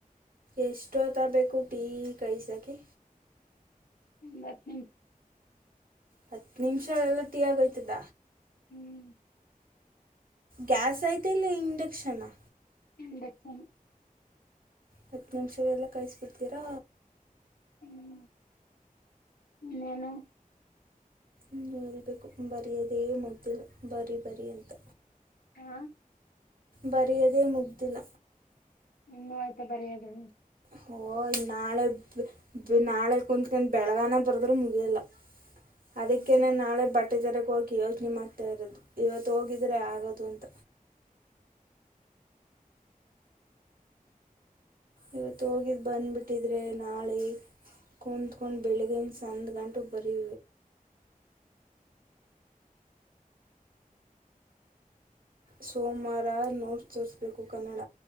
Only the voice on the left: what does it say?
ಬರ್ಶಚ
ಹ್ಮ್
ಇಂಡಕ್ಷನ್
ಹ್ಮ್ ಇನ್ನೇನು
ಹಾ
ಹೂ ಆಯ್ತಾ ಬರಿೆಯೋದ
ಹ್ಮ್